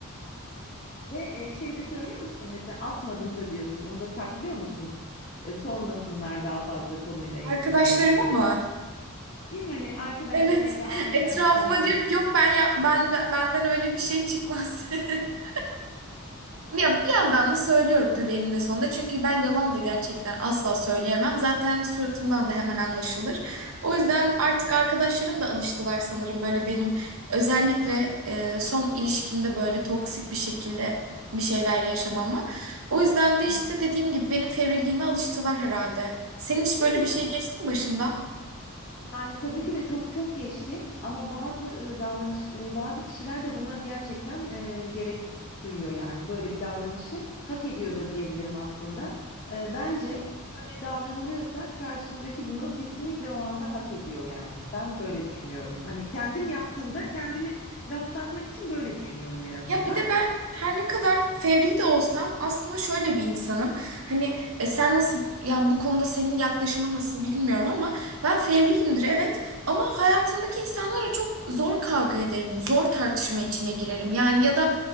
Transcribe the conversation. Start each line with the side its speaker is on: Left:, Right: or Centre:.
Left: Evet. Ve e, şey de söylüyor musun mesela atmadım da diyorsun onu da saklıyor musun E, sormasınlar daha fazla konuyla ilgili
Right: Arkadaşlarım
Left: bir şey diye.
Right: ama
Left: Yani arkadaşlarına
Right: evet
Left: ya da ailen
Right: <laughs> etrafıma
Left: ailede.
Right: diyorum ki yok ben ya ben benden öyle bir şey çıkmaz. <laughs> Ya bir yandan da söylüyorum tabii eninde sonunda. Çünkü ben yalan da gerçekten asla söyleyemem. Zaten suratımdan da hemen anlaşılır. O yüzden artık arkadaşlarım da alıştılar sanırım böyle benim özellikle e, son ilişkimde böyle toksik bir şekilde bir şeyler yaşamama. O yüzden de işte
Left: Hı.
Right: dediğim gibi benim fevriliğime alıştılar herhalde. Senin
Left: Bir
Right: hiç
Left: şey
Right: böyle
Left: diyeceğim
Right: bir şey geçti mi başından?
Left: Yani tabii ki de çok çok geçti ama bazı e, davranış e, bazı kişiler de buna gerçekten e, gerek duyuyor yani böyle bir davranışı hak ediyor da diyebilirim aslında. E, bence böyle davranılıyorsa karşındaki bunu kesinlikle o anda hak ediyor yani. Ben böyle düşünüyorum. Hani kendim yaptığımda kendimi rahatlatmak için böyle düşünüyorum en azından.
Right: Ya bir de ben her ne kadar fevri de olsam aslında şöyle bir insanım. Hani e, sen nasıl yani bu konuda senin yaklaşımın nasıl bilmiyorum ama ben fevriyimdir evet ama hayatımdaki insanlara çok zor kavga ederim. Zor tartışma içine girerim. Yani ya da